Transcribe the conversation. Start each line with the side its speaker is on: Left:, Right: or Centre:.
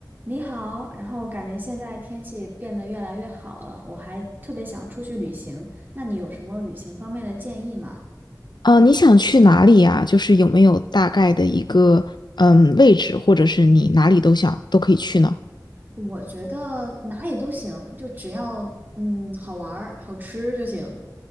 Right: 你好，然后感觉现在天气变得越来越好了，我还特别想出去旅行。那你有什么旅行方面的建议吗？
Left: 啊，你想去哪里呀？就是有没有大概的一个嗯位置，或者是你哪里都想都可以去呢？
Right: 我觉得哪里都行，就只要嗯好玩儿、好吃就行。